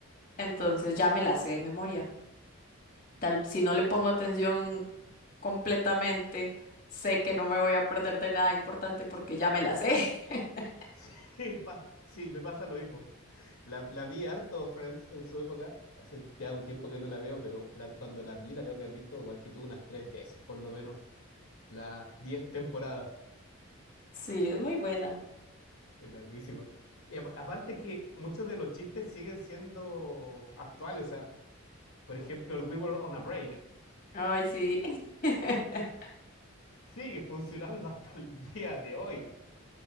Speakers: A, on the left; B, on the left.
A: Entonces ya me la sé de memoria. Tal, si no le pongo atención completamente, sé que no me voy a perder de nada importante porque ya me la sé. <laughs>
B: <laughs> Pa- Sí, me pasa lo mismo. La, la vi harto, Friends, en su época. Hace ya un tiempo que no la veo, pero la- cuando la vi la tengo que haber visto igual que tú unas tres veces, por lo menos, las diez temporadas.
A: Sí, es muy buena.
B: Es larguísimo. Y apa- aparte que muchos de los chistes siguen siendo actuales. O sea, por ejemplo, el We Were on a Break
A: Ay, sí. <laughs>
B: sigue funcionando <laughs> hasta el día de hoy.